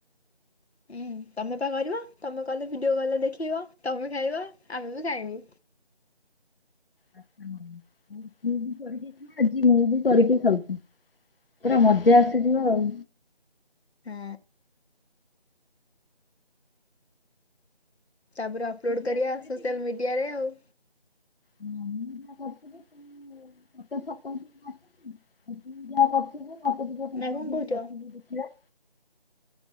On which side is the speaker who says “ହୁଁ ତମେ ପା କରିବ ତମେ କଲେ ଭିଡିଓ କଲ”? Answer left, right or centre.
Left